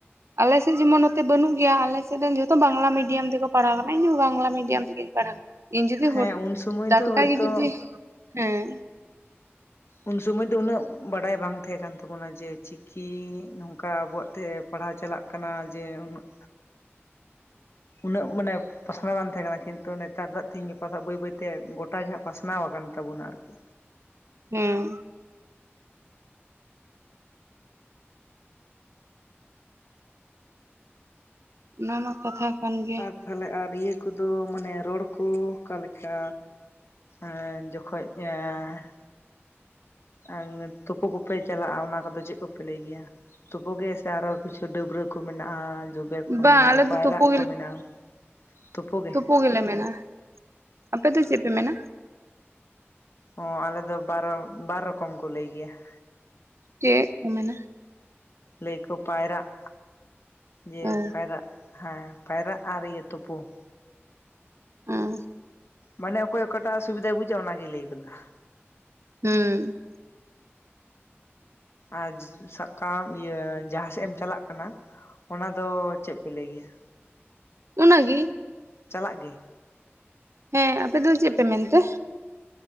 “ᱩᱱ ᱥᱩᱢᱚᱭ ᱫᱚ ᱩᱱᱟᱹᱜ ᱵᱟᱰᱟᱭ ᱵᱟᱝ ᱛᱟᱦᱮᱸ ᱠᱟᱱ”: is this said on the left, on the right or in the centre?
Left